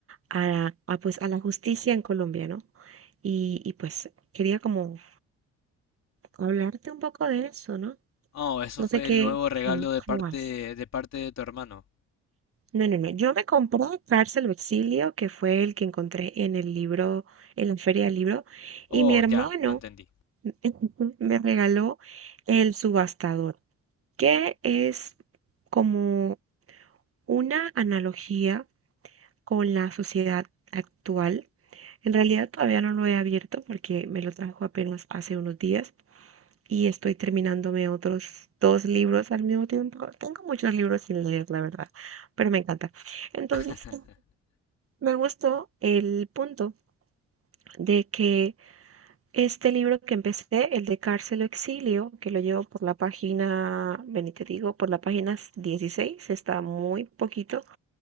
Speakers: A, on the right (about 50°); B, on the left (about 60°).
A: a, a, pues, a la justicia en Colombia, ¿no? Y, y pues quería como hablarte un poco de eso, ¿no?
B: Oh, eso
A: No
B: fue
A: sé qué,
B: el nuevo regalo
A: qué,
B: de
A: cómo
B: parte
A: vas.
B: de parte de tu hermano.
A: No, no, no. Yo me compré Cárcel o Exilio, que fue el que encontré en el libro, en la feria del libro,
B: Oh,
A: y mi hermano
B: ya, lo entendí.
A: <laughs> me regaló El Subastador, que es como una analogía con la sociedad actual En realidad todavía no lo he abierto porque me lo trajo apenas hace unos días y estoy terminándome otros dos libros al mismo tiempo. Tengo muchos libros sin leer, la verdad, pero me encanta. Entonces,
B: <laughs>
A: me gustó el punto de que este libro que empecé, el de Cárcel o Exilio, que lo llevo por la página, ven y te digo, por la página dieciséis está muy poquito.